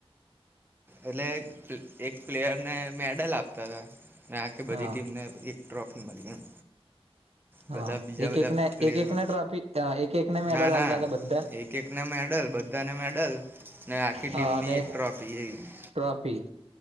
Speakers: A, on the right; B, on the right.
A: એટલે એક પ્લેયરને મેડલ આપતા હતા, ને આખી બધી
B: હા
A: ટીમને એક ટ્રોફી મળી એમ.
B: હા
A: બધા બીજા
B: એક
A: બધા
B: એકના
A: પ્લેયરો
B: એક એકના ટ્રોફી એક એકના મેડલ
A: ના ના
B: હાલતા હતા બધા.
A: એક ને મેડલ બધા ને મેડલ. ને આખી ટીમની
B: હા અનેક
A: એક ટ્રોફી એવી
B: ટ્રોફી